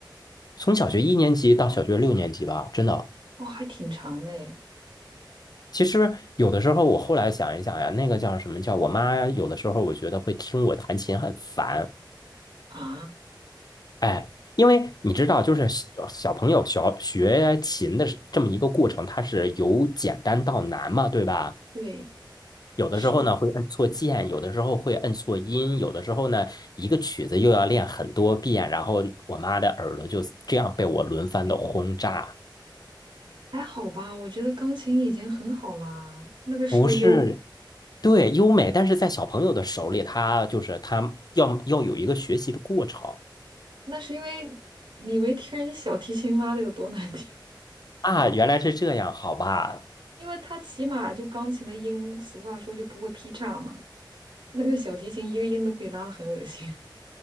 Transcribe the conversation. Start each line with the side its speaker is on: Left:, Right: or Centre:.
Left: 从小学一年级到小学六年级吧，真的。
Right: 哦，还挺长的诶。
Left: 其实有的时候我后来想一想呀，那个叫什么叫我妈，有的时候我觉得会听我弹琴很烦。
Right: 啊，
Left: 哎，因为你知道，就是小小朋友学学琴的是这么一个过程，它是由简单到难嘛，对吧？
Right: 对，
Left: 有的时候呢会摁错键，
Right: 是，
Left: 有的时候会摁错音，有的时候呢一个曲子又要练很多遍，然后我妈的耳朵就这样被我轮番的轰炸。
Right: 还好吧？我觉得钢琴已经很好啦，那个是个优，
Left: 不是，对，优美，但是在小朋友的手里，他就是他要要有一个学习的过程
Right: 那是因为你没听人小提琴拉的有多难听，
Left: 啊，原来是这样，好吧？
Right: <laughs> 因为它起码就钢琴的音，俗话说就不会劈叉嘛，那个小提琴一个音都可以拉的很恶心。